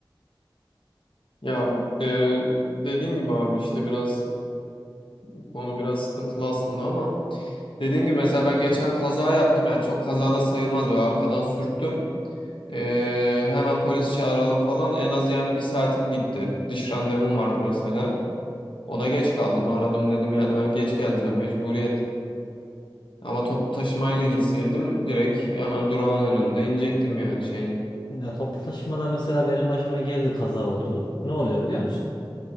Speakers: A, on the left; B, on the left.
A: Ya e, dediğin gibi abi işte biraz Bu konu biraz sıkıntılı aslında ama dediğin gibi mesela ben geçen kaza yaptım ya çok kaza da sayılmaz böyle arkadan sürttüm. Ee, hemen polis çağıralım falan en az yani bir saatim gitti. Diş randevum vardı mesela. Ona geç kaldım aradım dedim yani ben geç geleceğim mecburiyet. Ama toplu taşımayla gitseydim direkt hemen durağın önünde inecektim yani şeyin.
B: Ya toplu taşımada mesela benim başıma geldi kaza oldu. Ne oluyor biliyor musun?